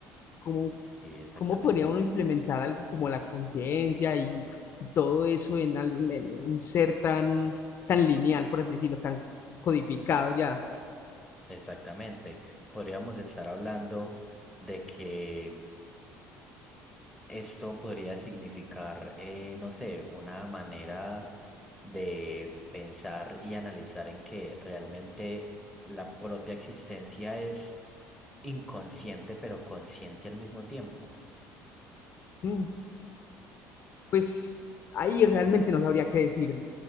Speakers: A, on the left; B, in the centre.
A: ¿Cómo,
B: Sí, exactamente,
A: cómo podría uno implementar algo como la conciencia y todo eso en, algún, en un ser tan, tan lineal, por así decirlo, tan codificado ya?
B: exactamente. Podríamos estar hablando de que esto podría significar, eh, no sé, una manera de pensar y analizar en que realmente la propia existencia es inconsciente, pero consciente al mismo tiempo.
A: Mm. Pues ahí realmente no sabría qué decirle.